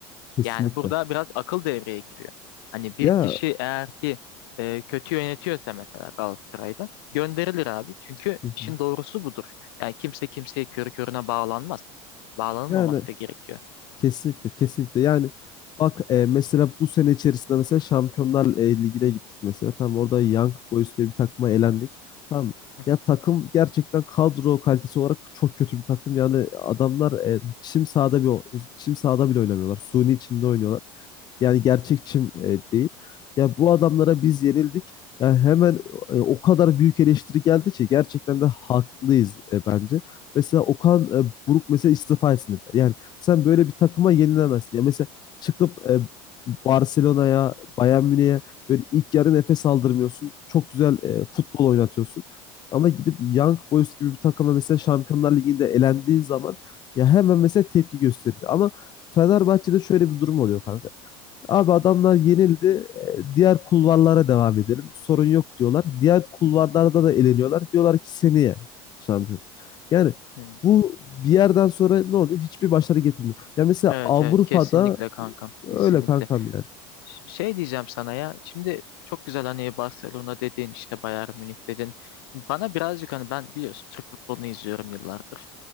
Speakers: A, on the left; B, on the left.
A: Kesinlikle.
B: Yani burada biraz akıl devreye giriyor. Hani bir
A: Ya
B: kişi eğer ki e, kötü yönetiyorsa mesela Galatasaray'da gönderilir abi. Çünkü
A: hı hı.
B: işin doğrusu budur. Yani kimse kimseye körü körüne bağlanmaz. Bağlanılmaması
A: yani
B: da gerekiyor.
A: Kesinlikle kesinlikle yani bak e, mesela bu sene içerisinde mesela Şampiyonlar e, Ligi'ne gittik mesela tamam orada Young Boys diye bir takıma elendik tamam
B: <laughs>
A: ya takım gerçekten kadro kalitesi olarak çok kötü bir takım yani adamlar e, çim sahada bir o- çim sahada bile oynamıyorlar suni içinde oynuyorlar yani gerçekçim e, değil. Ya bu adamlara biz yenildik. Yani hemen e, o kadar büyük eleştiri geldi ki gerçekten de haklıyız e, bence. Mesela Okan e, Buruk mesela istifa etsin dediler. Yani sen böyle bir takıma yenilemezsin. Ya mesela çıkıp e, Barcelona'ya, Bayern Münih'e böyle ilk yarı nefes aldırmıyorsun. Çok güzel e, futbol oynatıyorsun. Ama gidip Young Boys gibi bir takıma mesela Şampiyonlar Ligi'nde elendiğin zaman ya hemen mesela tepki gösteriyor. Ama Fenerbahçe'de şöyle bir durum oluyor kanka. Abi adamlar yenildi. E, Diğer kulvarlara devam edelim. Sorun yok diyorlar. Diğer kulvarlarda da eleniyorlar. Diyorlar ki seneye şampiyon. Yani
B: Hı.
A: bu bir yerden sonra ne oldu? Hiçbir başarı getirmiyor. Ya mesela
B: Evet
A: Avrupa'da
B: evet kesinlikle kankam
A: e,
B: kesinlikle.
A: öyle kankam yani.
B: Ş- Şey diyeceğim sana ya. Şimdi çok güzel hani Barcelona dedin işte Bayern Münih dedin. Bana birazcık hani ben biliyorsun Türk futbolunu izliyorum yıllardır.